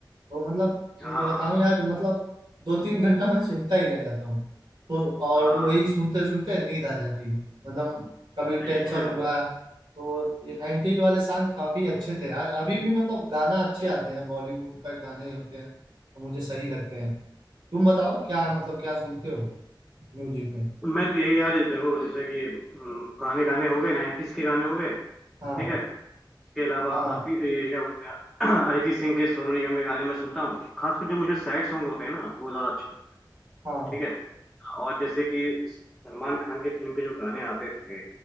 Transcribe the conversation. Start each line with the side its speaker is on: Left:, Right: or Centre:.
Right: वो मतलब
Centre: हाँ
Right: तुमको बताऊं
Centre: हाँ
Right: यार मतलब दो तीन घंटा मैं सुनता ही रह जाता हूँ तो और
Centre: हाँ
Right: वही सुनते सुनते नींद आ जाती है मतलब कभी
Centre: सही
Right: टेंशन
Centre: है
Right: हुआ तो ये नाइन्टीज वाले सॉन्ग काफी अच्छे थे यार अभी भी मतलब गाना अच्छे आते हैं बॉलीवुड का गाने होते हैं तो मुझे सही लगते हैं तुम बताओ क्या मतलब क्या सुनते हो म्यूजिक में
Centre: मैं तो यही यार देखो जैसे कि हम्म, पुराने गाने हो गए नाइन्टीज के गाने हो गए ठीक
Right: हाँ
Centre: है इसके अलावा
Right: हाँ
Centre: आती ये क्या बोलते हैं <clears throat> अरिजीत सिंह के सोनू निगम के गाने मैं सुनता हूँ खासकर जो मुझे सैड सॉन्ग होते हैं ना वो ज्यादा अच्छे
Right: हाँ
Centre: ठीक है और जैसे कि सलमान खान के फिल्म के जो गाने आते थे